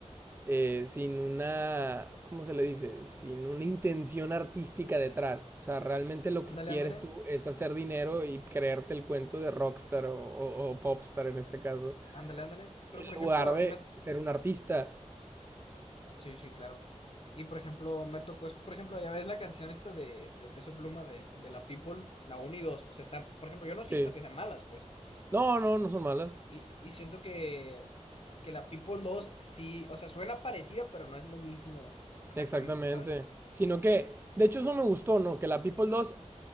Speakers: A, on the right; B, on the left.
A: eh, sin una, ¿cómo se le dice? Sin una intención artística detrás. O sea, realmente lo que
B: Ándale,
A: quieres
B: ándale,
A: tú es hacer dinero y creerte el cuento de rockstar o, o- o popstar en este caso,
B: ándale, ándale. Pero
A: en
B: por
A: lugar
B: ejemplo,
A: de
B: me...
A: ser un artista.
B: sí, sí, claro. Y por ejemplo, me tocó, es- por ejemplo, ya ves la canción esta de, de Peso Pluma de, de la People, la uno y dos O sea, está, por ejemplo, yo no
A: Sí.
B: siento que sean malas, pues.
A: No, no, no son malas.
B: Y, y siento que, que la People 2 sí, o sea, suena parecida, pero no es lo mismo exactamente,
A: Exactamente.
B: ¿sabes?
A: Sino que, de hecho, eso me gustó, ¿no? Que la People 2